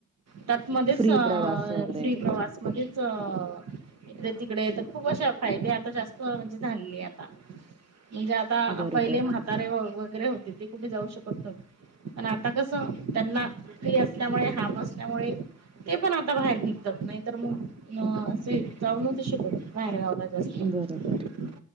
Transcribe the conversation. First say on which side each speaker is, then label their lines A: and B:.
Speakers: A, on the right (about 60°); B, on the right (about 20°).
A: त्यातमध्येच
B: फ्री
A: अ
B: प्रवास वगैरे
A: श्री प्रवास मध्ये इकडे तिकडे तर खूप आशा फायदे आता जास्त म्हणजे झालेले आहे आता म्हणजे आता
B: बरोबर
A: पहिले म्हातारे वगैरे होते ते कुठे जाऊ शकत नव्हते पण आता कस त्यांना फ्री असल्यामुळे हाफ असल्यामुळे ते पण आता बाहेर निघतात नाही तर मग अ असे जाऊन नव्हते शिकत बाहेर गावाला जास्त
B: बरोबर